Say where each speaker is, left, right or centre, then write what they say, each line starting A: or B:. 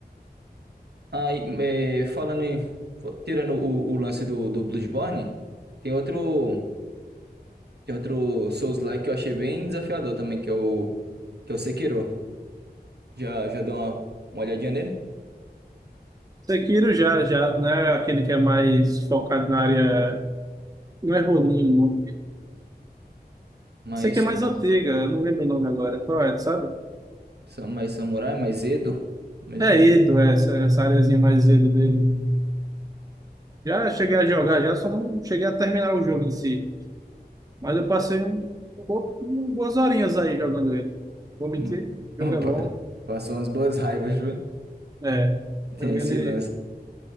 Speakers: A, on the right; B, on the right.
A: Aí, é, falando em, fo- tirando o, o lance do, do Bloodborne, tem outro. Tem outro Souls-like que eu achei bem desafiador também, que é o, que é o Sekiro. Já, já deu uma, uma olhadinha nele?
B: Sekiro já, já, né? Aquele que é mais focado na área. Não é Ronin o nome.
A: Mais,
B: Sei que é mais antiga, eu não lembro o nome agora. Qual é, sabe?
A: sa- mais samurai, mais Edo. Mais
B: É
A: o quê?
B: Edo, é essa, essa areazinha mais Edo dele. Já cheguei a jogar, já só não cheguei a terminar o jogo em si. Mas eu passei um, um bo- boas horinhas aí jogando ele. Vou mentir,
A: Hum,
B: o jogo é
A: pa-
B: bom.
A: Passou umas boas raivas, viu?
B: É,
A: Tem
B: joguei
A: esse
B: ele,
A: lance.